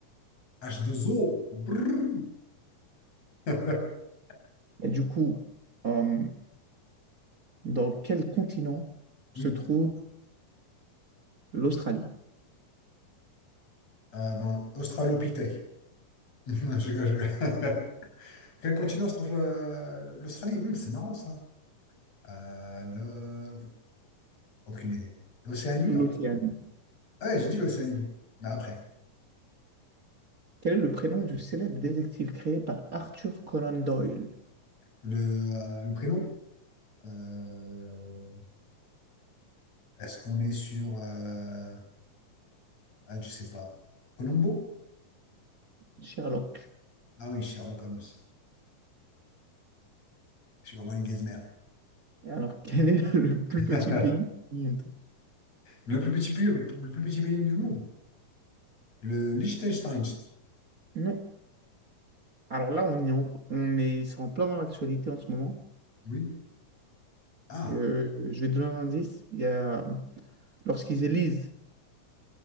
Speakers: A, on the left; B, on the right.
A: H2O. Brrr. <laughs>
B: Et du coup, euh, dans quel continent
A: Oui,
B: se trouve l'Australie?
A: euh, dans l'Australopithèque. <laughs> Non, je rigole, je rigole. <laughs> Quel continent se trouve euh, l'Australie? Hmm, c'est marrant ça. Euh, le- Aucune idée. L'Océanie?
B: L'Océanie.
A: hein. Ouais, j'ai dit l'Océanie. Mais après,
B: Quel est le prénom du célèbre détective créé par Arthur Conan Doyle?
A: le, euh, le prénom? euh, Est-ce qu'on est sur. euh, Ah, je sais pas. Colombo?
B: Sherlock.
A: Ah oui, Sherlock Holmes. Je suis vraiment une gazmère.
B: Et Alors, <laughs> quel est le plus
A: <laughs>
B: petit pays du monde?
A: Le plus petit pays, le plus petit pays du monde? Le Liechtenstein.
B: Non. Alors là, on est en, on est, c'est en plein dans l'actualité en ce moment.
A: Oui. Ah,
B: Euh, je vais te donner un indice. Il y a Lorsqu'ils élisent